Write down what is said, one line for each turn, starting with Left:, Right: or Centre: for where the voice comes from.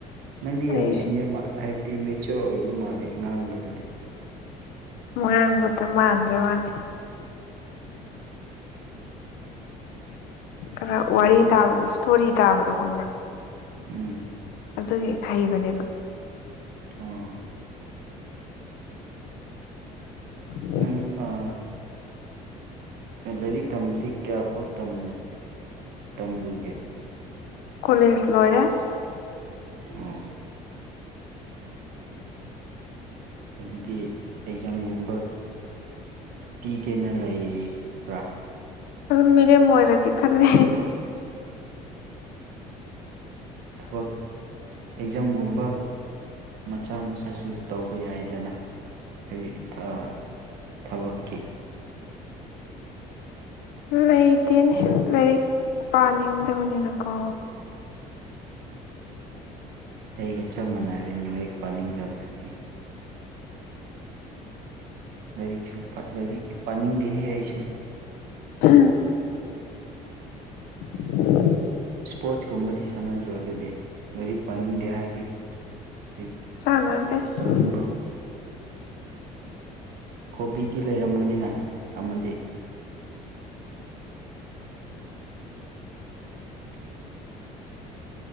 Right: ꯅꯪꯗꯤ
Left: ꯑꯩ
Right: ꯌꯥꯝ ꯁꯤꯅꯦꯌꯔ ꯃꯥ ꯍꯥꯏꯕꯗꯤ ꯃꯦꯆꯣꯔ ꯑꯣꯏꯕ ꯃꯥꯜꯂꯦ ꯉꯥꯡꯕꯗꯗꯤ
Left: ꯉꯥꯡꯕꯗ ꯃꯥꯟꯕꯩ ꯋꯥꯅꯤ ꯈꯔ
Right: ꯎꯝ
Left: ꯋꯥꯔꯤ ꯇꯥꯕꯗꯣ ꯏꯁꯇꯣꯔꯤ ꯇꯥꯕꯗꯣ ꯈꯪꯕ꯭ꯔꯥ
Right: ꯎꯝ
Left: ꯑꯗꯨꯒꯤ ꯍꯩꯕꯅꯦꯕ
Right: ꯑꯣ
Left: ꯎꯝ
Right: ꯅꯪ ꯑ ꯂꯥꯏꯔꯤꯛ ꯇꯝꯕꯗꯤ ꯀꯌꯥꯐꯥꯎ ꯇꯝ ꯇꯝꯂꯨꯒꯦ
Left: ꯀꯣꯂꯦꯖ ꯂꯣꯏꯔꯦ
Right: ꯑꯣ ꯑꯗꯨꯗꯤ ꯑꯦꯛꯖꯥꯝꯒꯨꯝꯕ ꯄꯤꯒꯦꯅ ꯂꯩꯕ꯭ꯔꯥ
Left: ꯑꯗꯨꯝ ꯃꯤꯔꯦꯝ ꯑꯣꯏꯔꯒꯦ ꯈꯜꯂꯦ
Right: ꯊꯕꯛ ꯑꯦꯛꯖꯥꯝꯒꯨꯝꯕ ꯃꯆꯥ ꯃꯆꯥꯁꯨ ꯇꯧꯕ ꯌꯥꯏꯗꯅ ꯍꯥꯏꯗꯤ ꯊ ꯊꯕꯛꯀꯤ
Left: ꯂꯩꯇꯦꯅꯦ ꯂꯥꯏꯔꯤꯛ ꯄꯥꯅꯤꯡꯗꯕꯅꯤꯅꯀꯣ
Right: ꯑꯩꯒ ꯆꯞ ꯃꯥꯟꯅꯥꯔꯦ ꯂꯥꯏꯔꯤꯛ ꯄꯥꯅꯤꯡꯗꯕꯗꯨꯗꯤ ꯂꯥꯏꯔꯤꯛꯁꯨ ꯄꯠ ꯂꯥꯏꯔꯤꯛꯇꯤ ꯄꯥꯅꯤꯡꯗꯦꯍꯦ ꯑꯩꯁꯨ
Left: ꯍꯝ <unintelligible>
Right: ꯁ꯭ꯄꯣꯔꯠꯁꯀꯨꯝꯕꯗꯤ ꯁꯥꯟꯅꯗ꯭ꯔꯣ ꯑꯗꯨꯗꯤ ꯂꯥꯏꯔꯤꯛ ꯄꯥꯅꯤꯡꯗꯦ ꯍꯥꯏꯔꯗꯤ ꯀꯔꯤ
Left: <unintelligible>
Right: ꯅꯤꯡꯕ꯭ꯔꯣ ꯍꯣꯕꯤꯗꯤ ꯂꯩꯔꯝꯒꯅꯤꯅ ꯑꯃꯗꯤ <inaudible>